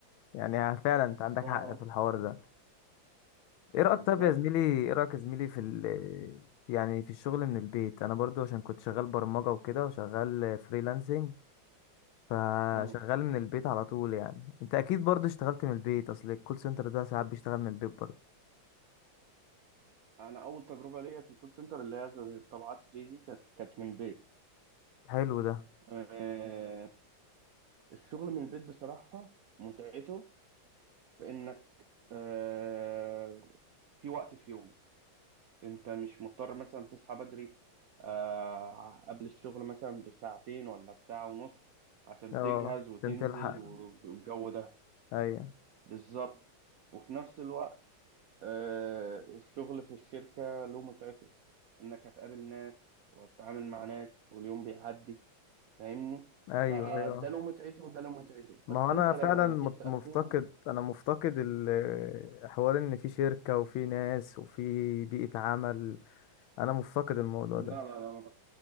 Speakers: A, on the left (about 85°); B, on the right (about 75°).
A: يعني ها- فعلا انت
B: بالظبط
A: عندك حق في الحوار ده ايه رايك
B: بالظبط
A: طب يا زميلي ايه رايك يا زميلي في ال في- يعني في الشغل من البيت انا برضو عشان كنت شغال برمجه وكده وشغال فريلانسنج فشغال
B: مم.
A: من البيت على طول يعني انت اكيد برضو اشتغلت من البيت اصل الكول سنتر ده ساعات بيشتغل من البيت برضو
B: أنا أول تجربة ليا في الكول سنتر اللي هي الطبعات 3 دي كانت كانت من البيت
A: حلو ده
B: آه الشغل من البيت بصراحة متعته في إنك آه في وقت في يومك انت مش مضطر مثلا تصحى بدري آه، قبل الشغل مثلا بساعتين ولا بساعة ونص عشان
A: اه
B: تجهز وتنزل
A: عشان تلحق
B: و- والجو ده
A: ايوه
B: بالظبط وفي نفس الوقت آه، الشغل في الشركة له متعته انك هتقابل ناس وتتعامل مع ناس واليوم بيعدي فاهمني
A: ايوه
B: فده
A: ايوه
B: له متعته وده له متعته بس
A: ما هو
B: انت
A: انا
B: لو
A: فعلا مت-
B: جيت سألتني
A: مفتقد انا مفتقد ال- حوار ان في شركة وفي ناس وفي بيئة عمل انا مفتقد الموضوع
B: لا
A: ده
B: لا لا ما